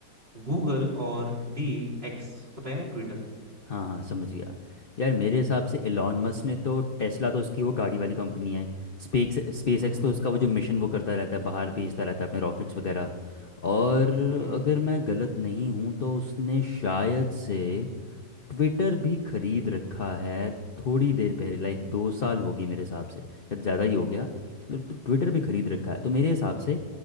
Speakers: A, on the right (about 35°); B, on the left (about 40°).
A: Google और डी एक्स पता है ना ट्विटर
B: हाँ हाँ समझ गया यार मेरे हिसाब से एलॉन मस्क ने तो टेस्ला तो उसकी वो गाड़ी वाली कंपनी है स्पेस स्पेस
A: हम्म
B: एक्स तो उसका वो जो मिशन वो करता रहता है बाहर भेजता रहता है अपने रॉकेट्स वगैरह और
A: हम्म
B: अगर मैं गलत नहीं हूँ तो उसने शायद से ट्विटर भी खरीद रखा है थोड़ी देर पहले लाइक दो साल हो गए मेरे हिसाब से या ज़्यादा ही हो गया मतलब ट्विटर भी खरीद रखा है तो मेरे हिसाब से